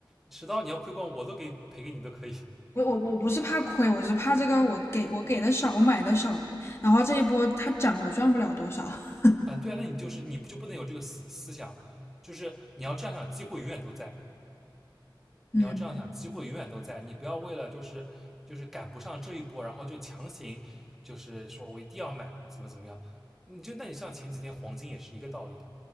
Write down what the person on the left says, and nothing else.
我我我不是怕亏，我是怕这个我给我给的少，我买的少，然后这一波它涨我赚不了多少。<laughs>
嗯